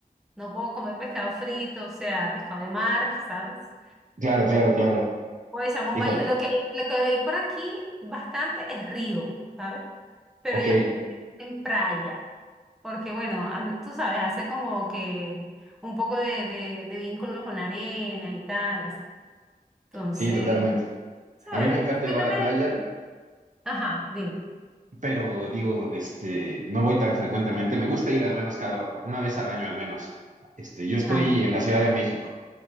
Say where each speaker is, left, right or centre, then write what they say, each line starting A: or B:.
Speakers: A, in the centre; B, on the right (about 55°).
A: No puedo comer pescado frito, o sea, pescado de mar, ¿sabes?
B: Claro, claro, claro.
A: Puede llamar
B: Híjole.
A: un baño. Lo que, hay- lo que hay por aquí bastante es río, ¿sabes? Pero
B: Ok,
A: ellos en playa, porque bueno, ha- tú sabes, hace como que un poco de, de, de vínculo con la arena y tal, así. Entonces,
B: sí, totalmente.
A: chévere.
B: A mí me encanta
A: Cuéntame.
B: ir a la playa,
A: Ajá, dime.
B: pero digo, este, no voy tan frecuentemente. Me gusta ir al menos cada, una vez al año al menos. Este, yo estoy
A: Ah, ok.
B: en la Ciudad de México.